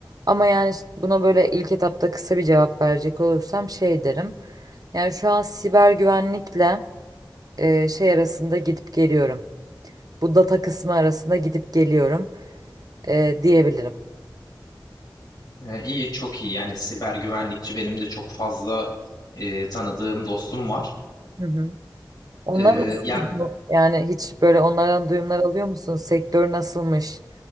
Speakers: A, on the right; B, on the left.
A: Ama yani işte buna böyle ilk etapta kısa bir cevap verecek olursam şey derim. Yani şu an siber güvenlikle e, şey arasında gidip geliyorum. Bu data kısmı arasında gidip geliyorum e, diyebilirim.
B: Ee, İyi, çok iyi. Yani siber güvenlikçi benim de çok fazla e, tanıdığım dostum var.
A: Hı hı. Onlar
B: Ee,
A: nasıl
B: ya
A: gidiyor? Yani hiç böyle onlardan duyumlar alıyor musun? Sektör nasılmış?